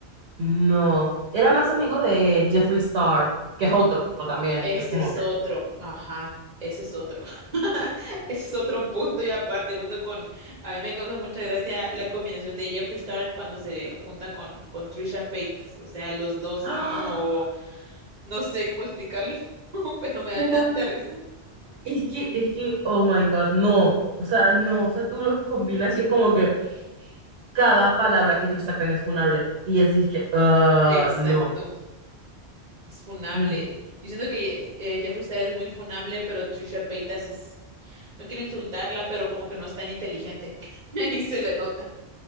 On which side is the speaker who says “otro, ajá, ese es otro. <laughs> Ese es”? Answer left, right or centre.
Right